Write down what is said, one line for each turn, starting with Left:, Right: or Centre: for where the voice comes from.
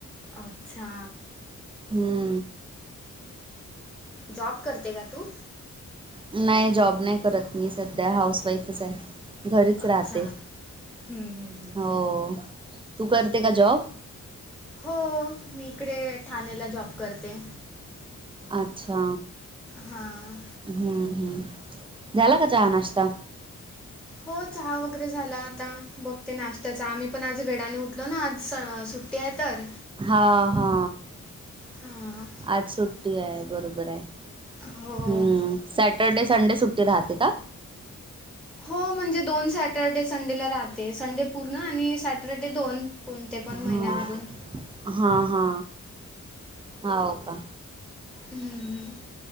Centre: अच्छा
Right: ह्म्म
Centre: जॉब करते का तू?
Right: नाही जॉब नाही करत. मी सध्या हाऊसवाईफच आहे. घरीच
Centre: अच्छा
Right: राहते.
Centre: हम्म, हम्म, हम्म.
Right: होऽ. तू करते का जॉब?
Centre: होऽऽ मी इकडे ठाणेला जॉब करते.
Right: अच्छा.
Centre: हां
Right: हम्म हम्म. झाला का चहा नाश्ता?
Centre: हो चहा वगैरे झाला आता. बघते नाशत्याचा. आम्ही पण आज वेडाने उठलो ना आज सुट. तेहतर
Right: हा हा.
Centre: हाऽ
Right: आज सुट्टी आहे. बरोबर आहे.
Centre: हो.
Right: हम्म. सॅटरडे संडे सुट्टी राहते का?
Centre: हो म्हणजे दोन सॅटरडे संडेला राहते. संडे पूर्ण आणि सॅटरडे दोन. कोणते पण
Right: हा
Centre: महिन्यामधून.
Right: हा हा. हाओका?
Centre: हं हं.